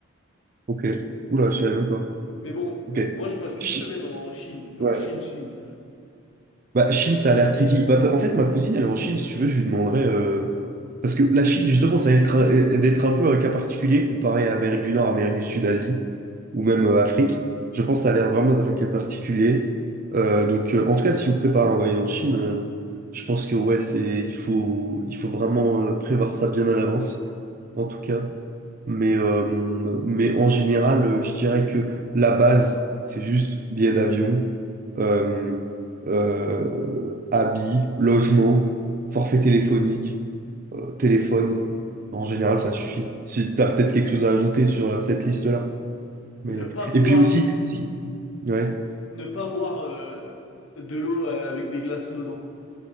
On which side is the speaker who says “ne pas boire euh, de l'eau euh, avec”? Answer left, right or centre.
Left